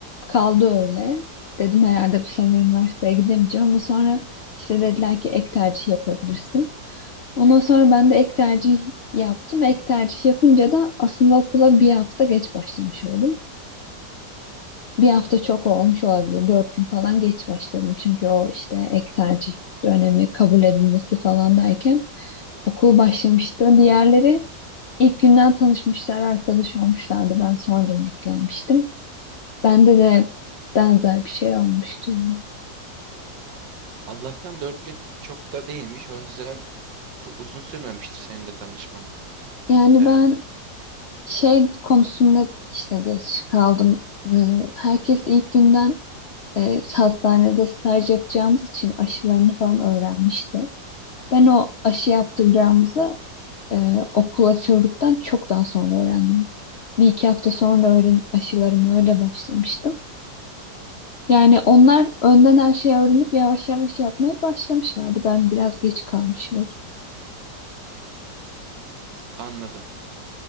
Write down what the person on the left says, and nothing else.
kaldı öyle. Dedim herhalde bu sene üniversiteye gidemeyeceğim ama sonra işte dediler ki ek tercih yapabilirsin. Ondan sonra ben de ek tercih yaptım. Ek tercih yapınca da aslında okula bir hafta geç başlamış oldum. Bir hafta çok olmuş olabilir. Dört gün falan geç başladım. Çünkü o işte ek tercih dönemi kabul edilmesi falan derken okul başlamıştı. Diğerleri ilk günden tanışmışlar, arkadaş olmuşlardı. Ben sonradan eklenmiştim. Bende de benzer bir şey olmuştu yani.
Yani
ben şey konusunda işte geç kaldım. Ee, Herkes ilk günden e, hastanede staj yapacağımız için aşılarını falan öğrenmişti. Ben o aşı yaptıracağımızı e, okul açıldıktan çok daha sonra öğrendim. Bir iki hafta sonra öğrenip aşılarımı öyle başlamıştım. Yani onlar önden her şeyi öğrenip yavaş yavaş yapmaya başlamışlardı. Ben biraz geç kalmış oldum.